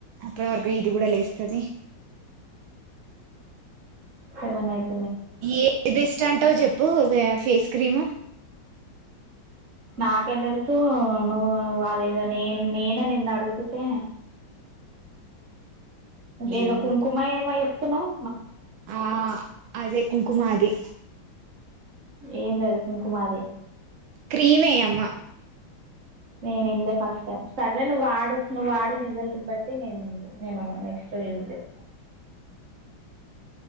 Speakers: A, on the right; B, on the right.
A: అప్పటి వరకు ఇది కూడా లేస్తది
B: సెవెన్అయితే
A: ఏ బెస్ట్ అంటావ్ చెప్పు వా ఫేస్ క్రీమ్
B: నాకేం తెలుసూ నువ్ నువ్వు అదేదో నేన్ నేనే నిన్ను అడుగుతుంటే ఇంకొంధో
A: ఏమో
B: కుంకుమ ఎమో చెప్ తిన్నావ్
A: ఆ అదే కుంకుమ ది
B: ఏందది కుంకుమా అది
A: క్రీమే అమ్మా
B: నేను ఇనలే ఫస్ట్ టైమ్ అదే నువ్వు వాడు నువ్వు వాడె రిజల్ట్ బట్టి నేను నేను నెక్స్ట్ యూజ్ చేస్త